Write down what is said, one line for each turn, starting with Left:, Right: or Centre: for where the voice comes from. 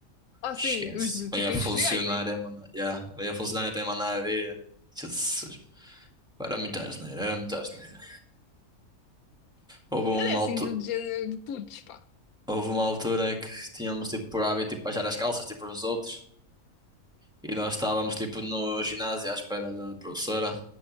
Left: Ah,
Centre: Esquece.
Left: sim, os de
Centre: Veio
Left: tipo
Centre: a funcionária,
Left: industriais, né?
Centre: mano. Yeah. Veio a funcionária até mandar a ver. Jesus. Pá, Era muita asneira, era muita asneira. Houve
Left: Mas
Centre: uma
Left: é assim,
Centre: altura,
Left: do género de putos, pá.
Centre: houve uma altura que tínhamos tipo por hábito tipo, baixar as calças tipo uns aos outros. E nós estávamos tipo no ginásio à espera da professora.